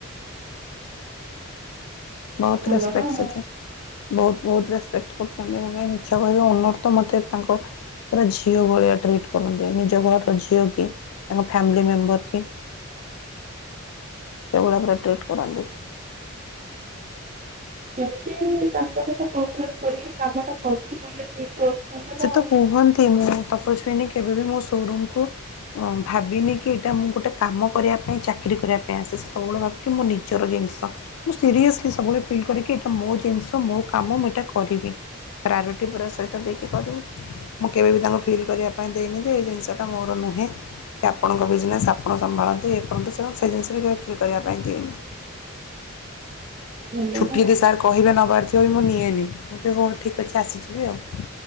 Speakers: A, on the left; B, on the right.
A: ବହୁତ
B: ଭଲ
A: ରେସପେକ୍ଟ
B: ନା
A: ସେଠି।
B: ଆଉ।
A: ବହୁତ ବହୁତ ରେସପେକ୍ଟ କରୁଚନ୍ତି ମୁଁ କାହିଁ ମିଛ କହିବି ଓନର୍ ତ ମୋତେ ତାଙ୍କ ପୁରା ଝିଅ ଭଳିଆ ଟ୍ରିଟ୍ କରନ୍ତି। ନିଜ ଘରର ଝିଅ କି, ତାଙ୍କ ଫ୍ୟାମିଲି ମେମ୍ବର କି ସେଇଭଳିଆ ପୁରା ଟ୍ରିଟ୍ କରନ୍ତି।
B: ଏମିତି ତାଙ୍କ ସହିତ କୋପରେଟ୍ କରିକି କାମଟା କରିଛି ବୋଲି ଠିକ୍ କରୁଛନ୍ତି
A: ସେ
B: ନା
A: ତ
B: ଆଉ
A: କୁହନ୍ତି, ମୁଁ ତପସ୍ୱିନୀ କେବେ ବି ମୋ ସୋରୁମକୁୁ ଭାବିନି କି ଏଇଟା ମୁଁ ଗୋଟେ କାମ କରିବା ପାଇଁ ଚାକିରୀ କରିବା ପାଇଁ ଆସିଚି। ସବୁବେଳେ ଭା ମୋ ନିଜର ଜିନିଷ। ମୁଁ ସିରିୟସଲି ସବୁବେଳେ ଫିଲ୍ କରେକି ଏଇଟା ମୋ ଜିନିଷ, ମୋ କାମ, ମୁଁ ଏଇଟା କରିବି। ପ୍ରାୟୋରିଟି ପୁରା ସହିତ ଦେ ଖି କରିବି। ମୁଁ କେବେ ବିି ତାଙ୍କୁ ଫିଲ୍ କରିବା ପାଇଁ ଦେଇନି ଯେ ଏ ଜିନିଷଟା ମୋର ନୁହେଁ କି ଆପଣଙ୍କ ବିଜନେସ୍, ଆପଣ ସମ୍ଭାଳନ୍ତୁ, ଇଏ କରନ୍ତୁ, ସିଏ କରନ୍ତୁ, ସେଇ ଜିନିଷ ବି କେବେ ଫିଲ କରିବା ପାଇଁ ଦିଏନି।
B: ଭଲ
A: ଛୁଟି
B: ନା।
A: ଯଦି ସାର୍ କହିବେ ନବାର ଥିବ ବି ମୁଁ ନିଏନି। ମୁଁ କହିବି ହଉ ଠିକ୍ ଅଛି ଆସିଯିବି ଆଉ।